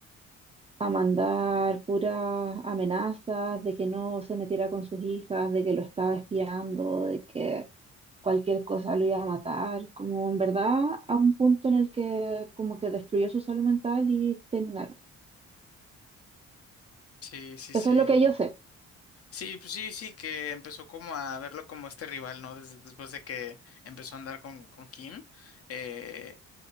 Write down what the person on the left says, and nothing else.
Sí, sí, sí.
Sí, pues sí, sí, que empezó como a verlo como este rival, ¿no? Desde, después de que empezó a andar con, con Kim. Eh,